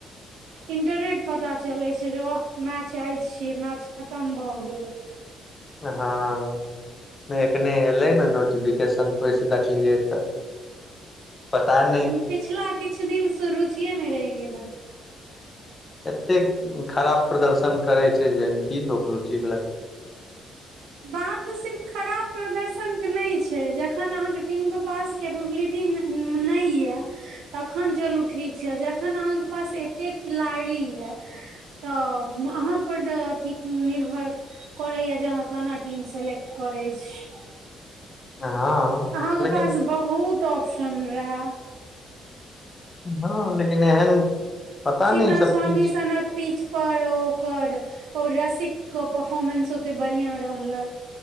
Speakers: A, on the right (about 85°); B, on the left (about 30°).
A: इंटरनेट पता चलै छै जे ओह मैच आय छियै मैच खतम भऽ गेल
B: हँ एखने एलै ने नोटिफिकेशन ओहिस देखलियै तऽ पता नहि
A: पिछिला किछु दिनसँ रुचिे नहि रहि गेल हन
B: एते खराब प्रदर्शन करे छै जाहिमे कि लोक रुचि लैत
A: बात तऽ सिर्फ खराब प्रदर्शनक के नहि छै जखन अहाँके टीम के पास केपेबलिटी नहि या एखन चलू ठीक छै जखन अहाँके पास एतेक खिलाड़ी यए तऽ अहाँ पर अथी निर्भर करैय जे केना टीम सेलेक्ट करै छी
B: हँ
A: अहाँके
B: लेकिन
A: पास बहुत ऑप्शन रहए
B: हँ लेकिन एहन पता
A: छिन्हहां
B: नहि ई सब
A: स्वामी
B: की
A: सनक पीच पर ओकर ओ रसिक के परफोर्मेंस ओते बढ़िया रहले